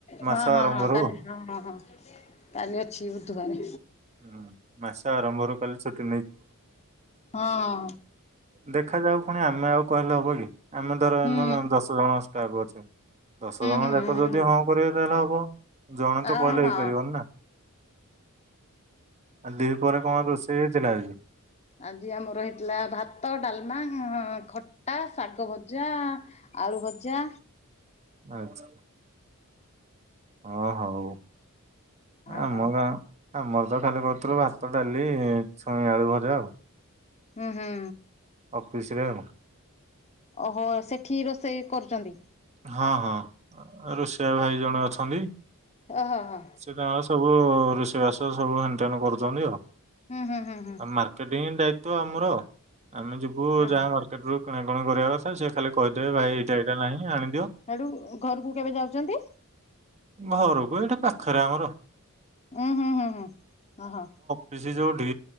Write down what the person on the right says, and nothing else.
ମାସ
ଆରମ୍ଭରୁ।
ହୁଁ ମାସ ଆରମ୍ଭରୁ କାଲି ଛୁଟି
ଦେଖ ଯାଉ ପୁଣି ଆମେ ଆଉ କହିଲେ ହବ କି ଆମେ ଧର ଏଇନେ
ଦଶ ଜଣ ଷ୍ଟାଫ ଅଛେ। ଦଶ ଜଣ
ଯାକ
ଯଦି
ହଁ କରିବେ ତାହେଲେ ହବ ଜଣେ
ତ କହିଲେ
ହେଇପାରିବନି ନା। ଆଉ ଦି ପହରେ କଣ ରୋଷେଇ ହେଇଥିଲା ଆଜି?
ଆଚ୍ଛା। ହଁ ହଉ
ଆମ
ଗାଁ। ଆମର ତ ଖାଲି କରୁଥୁଲୁ ଭାତ, ଡାଲି, ଛୁଇଁ ଆଳୁ ଭଜା ଆଉ।
ଅଫିସରେ ଆଉ?
ହଁ-ହଁ ରୋଷେଇଆ ଭାଇ ଜଣେ ଅଛନ୍ତି।
ସେ ତାଙ୍କ ସବୁ ରୋଷେଇବାସ ସବୁ ହେଣ୍ଟେନ କରୁଛନ୍ତି ଆଉ,
ଆଉ ମାର୍ ମାର୍କେଟିଂ ଦାୟିତ୍ୱ ଆମର। ଆମେ ଯିବୁ
ଯାହା
ମାର୍କେଟରୁ କିଣାକିଣି କରିବା କଥା ସେଏ ଖାଲି କହିଦେବେ ଭାଇ ଏଇଟା ଏଇଟା ନାହିଁ ଆଣି
ଘରୁକୁ ଏଇଠି ପାଖରେ ଆମର।
ପିସି ଯୋଉଠି,